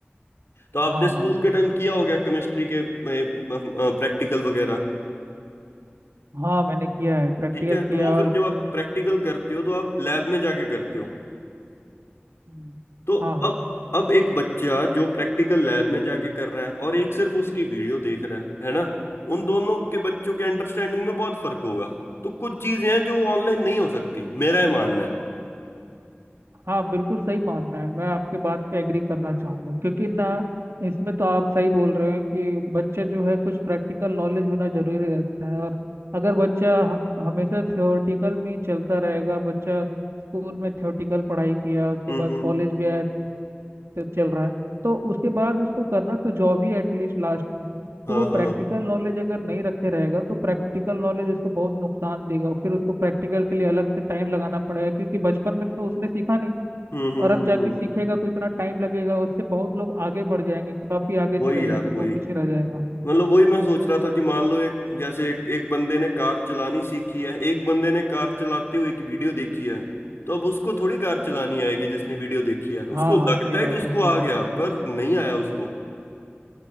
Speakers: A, on the left (about 75°); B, on the right (about 85°).
A: तो आपने
B: हाँ
A: स्कूल
B: हाँ
A: के टाइम किया हो गया केमिस्ट्री के प्रैक्टिकल वगैरह
B: हाँ मैंने किया है प्रैक्टिकल
A: ठीक है
B: किया
A: तो वो
B: और
A: फिर जब आप प्रैक्टिकल करते हो तो आप लैब में जाके करते हो
B: हम्म,
A: तो
B: हाँ हाँ
A: अब अब एक बच्चा जो प्रैक्टिकल लैब में जाके कर रहा है और एक सिर्फ उसकी वीडियो देख रहा है है ना उन दोनों के बच्चों के अंडरस्टैंडिंग में बहुत फर्क होगा तो कुछ चीजें हैं जो ऑनलाइन नहीं हो सकती मेरा ये मानना है
B: हाँ बिल्कुल सही मानना है मैं आपके बात पे एग्री करना चाहूँगा क्योंकि ना इसमें तो आप सही बोल रहे हैं कि बच्चे जो है कुछ प्रैक्टिकल नॉलेज होना जरूरी रहता है और अगर बच्चा ह- हमेशा थ्योरेटिकल में ही चलता रहेगा बच्चा स्कूल में थ्योरेटिकल पढ़ाई किया उसके
A: हम्म
B: बाद
A: हम्म
B: कॉलेज भी आया तो चल रहा है तो उसके बाद उसको करना तो जॉब ही एटलीस्ट लास्ट में
A: हाँ
B: तो वो प्रैक्टिकल
A: हाँ
B: नॉलेज अगर नहीं रखे रहेगा तो प्रैक्टिकल नॉलेज उसको बहुत नुकसान देगा फिर उसको प्रैक्टिकल के लिए अलग से टाइम लगाना पड़ेगा क्योंकि बचपन में तो उसने सीखा नहीं
A: हम्म हम्म
B: और अब
A: हम्म
B: जाके
A: हम्म।
B: सीखेगा तो इतना टाइम लगेगा उससे बहुत लोग आगे बढ़ जाएंगे काफी आगे
A: वही
B: चले जाएंगे
A: यार वही
B: तो वो पीछे रह जाएगा
A: मतलब वही मैं सोच रहा था कि मान लो एक जैसे एक, एक बंदे ने कार चलानी सीखी है एक बंदे ने कार चलाते हुए की वीडियो देखी है तो अब उसको थोड़ी कार चलानी आएगी जिसने वीडियो देखी है
B: हाँ
A: उसको लगता
B: हाँ सही
A: है
B: बात
A: कि उसको
B: है सही
A: आ
B: बात
A: गया
B: है
A: पर नहीं आया उसको